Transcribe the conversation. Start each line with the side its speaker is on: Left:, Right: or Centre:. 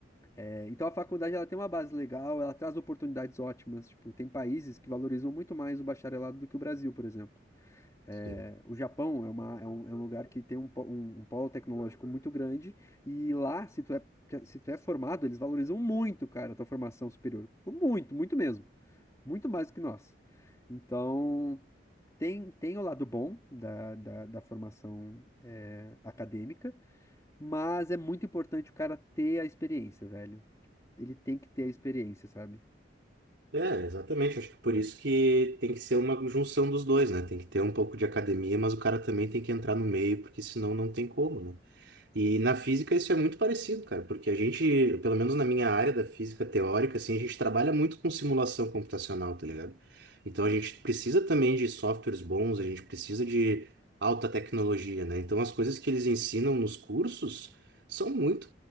Left: É, então a faculdade ela tem uma base legal, ela traz oportunidades ótimas, tipo, tem países que valorizam muito mais o bacharelado do que o Brasil, por exemplo. É,
Right: sim.
Left: o Japão é, uma, é, um, é um lugar que tem um, po- um, um polo tecnológico muito grande, e lá, se tu é, se tu é formado, eles valorizam muito, cara, a tua formação superior. Muito, muito mesmo. Muito mais do que nós. Então, tem, tem o lado bom da, da, da formação é, acadêmica, mas é muito importante o cara ter a experiência, velho. Tipo, Ele tem que ter a experiência, sabe?
Right: É, exatamente. Acho que por isso que tem que ser uma junção dos dois, né? Tem que ter um pouco de academia, mas o cara também tem que entrar no meio, porque senão não tem como, né? E na física isso é muito parecido, cara, porque a gente, pelo menos na minha área da física teórica, assim, a gente trabalha muito com simulação computacional, tá ligado? Então a gente precisa também de softwares bons, a gente precisa de alta tecnologia, né? Então as coisas que eles ensinam nos cursos são muito